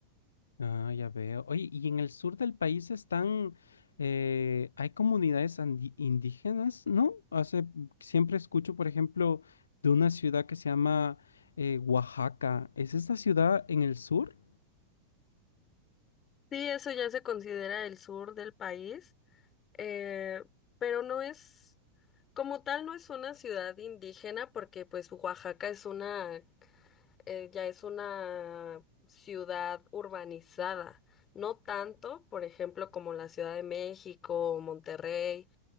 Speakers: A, on the left; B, on the left.
A: Ah, ya veo. Oye, ¿y en el sur del país están, eh, hay comunidades andi- indígenas, ¿no? Hace, siempre escucho, por ejemplo, de una ciudad que se llama eh, Oaxaca. ¿Es esta ciudad en el sur?
B: Sí, eso ya se considera el sur del país, eh, pero no es, como tal, no es una ciudad indígena porque pues Oaxaca es una eh, ya es una ciudad urbanizada, no tanto, por ejemplo, como la Ciudad de México o Monterrey,